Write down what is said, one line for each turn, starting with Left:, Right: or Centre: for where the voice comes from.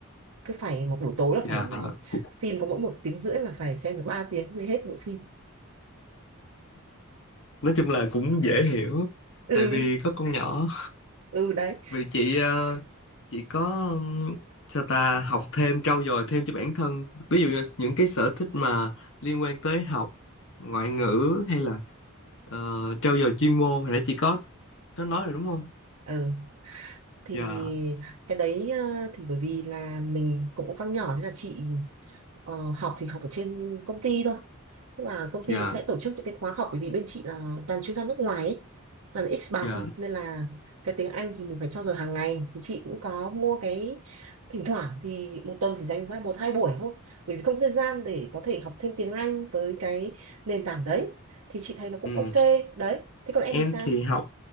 Right: cứ phải một buổi tối là phải
Left: dạ Cũng-
Right: phim có mỗi một tiếng rưỡi là phải xem được ba tiếng mới hết bộ phim
Left: nói chung là cũng dễ hiểu
Right: ừ
Left: tại vì có con nhỏ
Right: ừ đấy
Left: vì chị ờ, chị có ừm, sao ta học thêm trau dồi thêm cho bản thân ví dụ như những cái sở thích mà liên quan tới học ngoại ngữ hay là ờ, trau dồi chuyên môn hồi nãy chị có có nói rồi đúng không
Right: ừ thì
Left: dạ
Right: cái đấy ờ, thì bởi vì là mình cũng có con nhỏ nên là chị ờ, học thì học ở trên công ty thôi tức là công ty
Left: dạ
Right: cũng sẽ tổ chức những cái khóa học bởi vì bên chị là toàn chuyên gia nước ngoài ấy, toàn expat
Left: dạ
Right: thôi nên là cái tiếng Anh thì mình phải trau dồi hàng ngày thì chị cũng có mua cái thỉnh thoảng thì một tuần thì dành ra một hai buổi thôi bởi vì không có thời gian để có thể học thêm tiếng Anh với cái nền tảng đấy thì chị thấy nó cũng
Left: Ừm,
Right: ok đấy thế còn em
Left: em
Right: thì sao
Left: thì học